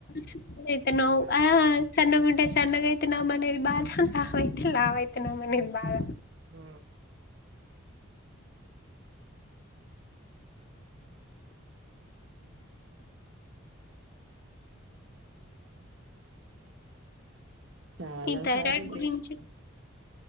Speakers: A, on the left; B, on the right.
A: సన్నగైతనావ్
B: లావైతనవ్
A: ఆ సన్నగా ఉంటే సన్నగా అవుతున్నాం అనే బాధ లావు అయితే లావు అవుతున్నాం అనే బాధ
B: ఆ చాలా
A: ఈ థైరాయిడ్
B: సార్లు
A: గురించి